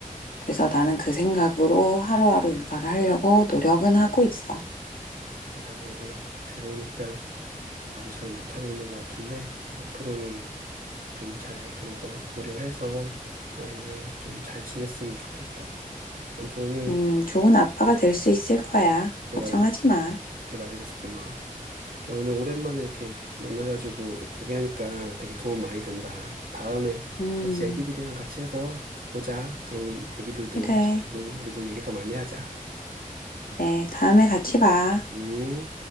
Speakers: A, on the left (about 80°); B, on the right (about 80°).
A: 그래서 나는 그 생각으로 하루하루 육아를 하려고 노력은 하고 있어.
B: 그래, 나도 얘기 들으니까 나도 잘 못하고 있는 것 같은데 앞으로는 좀 잘 그런 거 고려해서 아이랑 좀 잘 지냈으면 좋겠다. 아무튼 오늘
A: 음, 좋은 아빠가 될 수 있을 거야.
B: 이렇게
A: 걱정하지
B: 말해줘서
A: 마.
B: 개발해줘서 고마워. 그러니까 오늘 오랜만에 이렇게 만나가지고 얘기하니까 되게 도움 많이 된다. 다음에
A: 음,
B: 같이 애기들이랑 같이 해서 보자. 그러면 애기들도
A: 그래,
B: 같이 놀고 우리도 얘기 더 많이 하자.
A: 그래. 다음에 같이 봐.
B: 음.